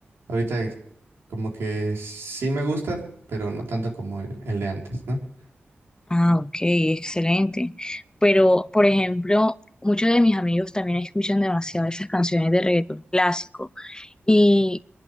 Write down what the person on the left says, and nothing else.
Ah, ok, excelente. Pero, por ejemplo, muchos de mis amigos también escuchan demasiado esas canciones de reggaetón clásico Y